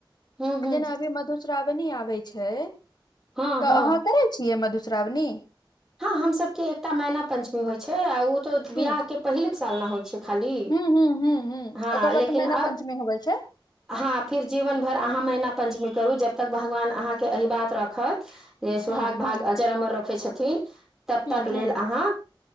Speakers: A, in the centre; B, on the left (about 55°).
A: हूँ हूँ
B: जेना अभी मधुश्रावणी आबै छै।
A: हँ
B: तऽ
A: हँ
B: अहाँ करे छियै। मघुस्रावनी
A: हँ हमसके एकटा मैना पं्चमी होइ छै। आ उऽ तो बिियाह
B: ह
A: के पहिल साल ने होइ छै। खाली
B: ह ह ह ह
A: हँ
B: ओकर
A: लेकिन
B: बाद तऽ मैना
A: आ
B: पंचमी होबै छै
A: हँ फेर जीवन भर अहाँ मैहिना पञ्चमी करू जब तक भगवान अहाँके एहि बात रखत। जे सुहाग
B: ह
A: भाग
B: ह
A: अजर अमर रखै छथिन। तब
B: ह
A: तक
B: ह
A: लेल अहाँ